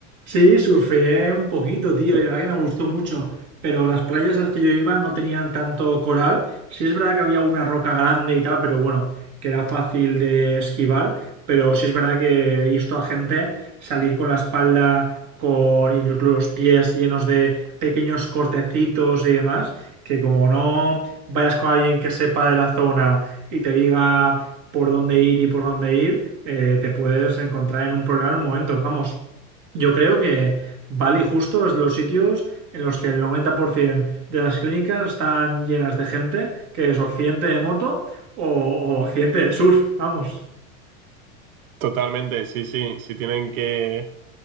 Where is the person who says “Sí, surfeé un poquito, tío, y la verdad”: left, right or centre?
Right